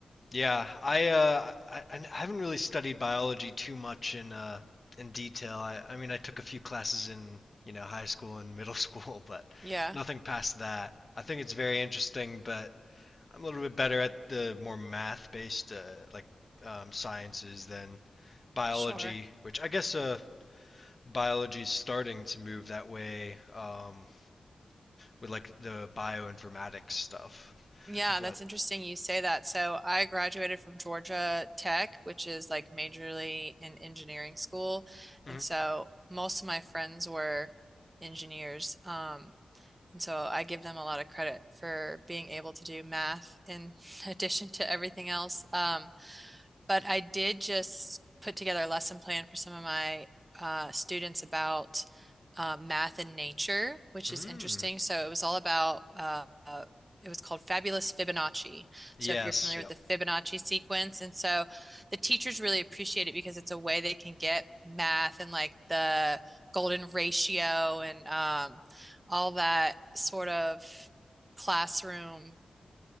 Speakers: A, on the left; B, on the right.
A: yeah, I, uh, I, I haven't really studied biology too much in, uh, in detail. I, I mean, I took a few classes in, you know, high school and middle <laughs> school, but
B: yeah,
A: nothing past that. I think it's very interesting, but I'm a little bit better at the more math-based, uh, like, um, sciences than biology,
B: sure.
A: which I guess, uh, biology is starting to move that way. Um, with like the bioinformatics stuff.
B: Yeah,
A: But
B: that's interesting you say that. So I graduated from Georgia Tech, which is like majorly in engineering school.
A: mm,
B: And so most of my friends were engineers. Um, And so I give them a lot of credit for being able to do math in <laughs> addition to everything else. Um, but I did just put together a lesson plan for some of my uh, students about uh, math and nature, which
A: mm,
B: is interesting. So it was all about, uh, uh, it was called Fabulous Fibonacci.
A: yes,
B: So if you're familiar
A: yep.
B: with the Fibonacci sequence, and so the teachers really appreciate it because it's a way they can get math and like the golden ratio and um, all that sort of classroom